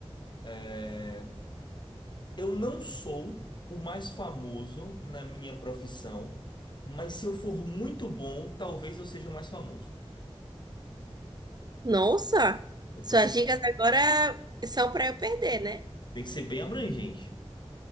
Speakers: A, on the left; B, on the right.
A: É, Eu não sou o mais famoso na minha profissão, mas se eu for muito bom, talvez eu seja o mais famoso.
B: Nossa,
A: Eu
B: suas
A: tô sendo-
B: dicas agora são para eu perder, né?
A: Tem que ser bem abrangente.